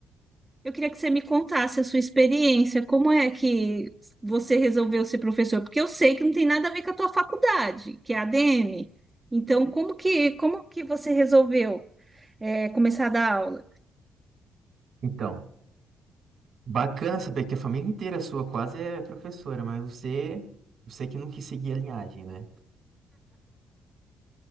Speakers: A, on the right (about 20°); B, on the right (about 65°).
A: Eu queria que você me contasse a sua experiência, como é que você resolveu ser professor? Porque eu sei que não tem nada a ver com a tua faculdade, que é a ADM. Então, como que, como que você resolveu, eh, começar a dar aula?
B: Então, bacana saber que a família inteira sua quase é professora, mas você, você que não quis seguir a linhagem, né?